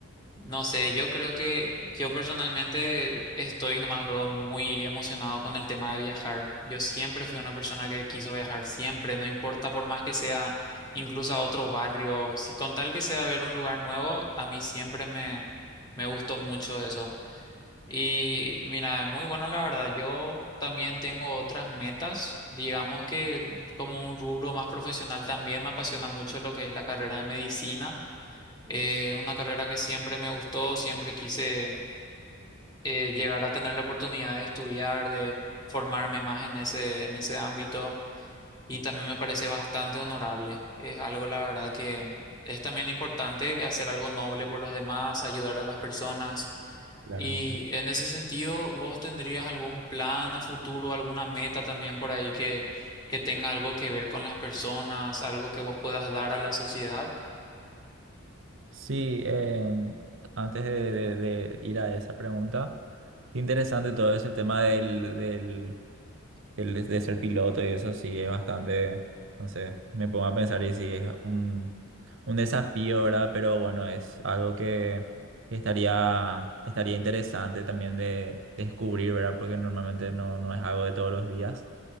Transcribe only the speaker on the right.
claramente.
Sí, eh, antes de, de- de ir a esa pregunta, interesante todo ese tema del, del, del- de ser piloto y eso sí es bastante, no sé, me pongo a pensar y sí es un, un desafío, ¿verdad? Pero bueno, es algo que estaría, estaría interesante también de descubrir, ¿verdad? Porque normalmente no, no es algo de todos los días.